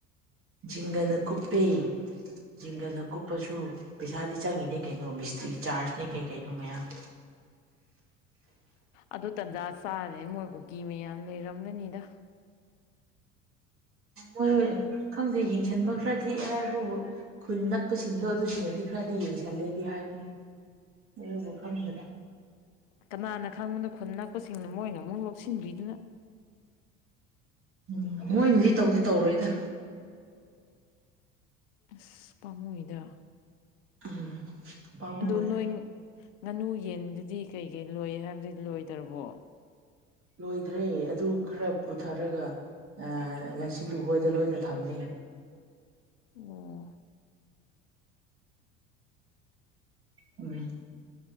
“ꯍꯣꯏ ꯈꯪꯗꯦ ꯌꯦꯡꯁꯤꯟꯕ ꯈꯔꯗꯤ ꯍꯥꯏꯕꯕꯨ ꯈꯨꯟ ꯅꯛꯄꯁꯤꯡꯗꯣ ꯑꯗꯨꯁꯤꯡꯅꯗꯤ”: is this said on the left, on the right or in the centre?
Right